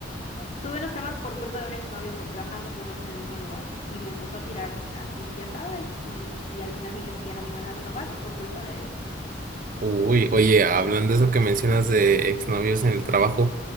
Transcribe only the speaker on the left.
o- Tuve unos temas por culpa de un exnovio que trabajábamos los dos en el mismo lugar y me empezó a tirar así, ya sabes, y, y al final me dijeron que ya no me iban a renovar y fue culpa de él.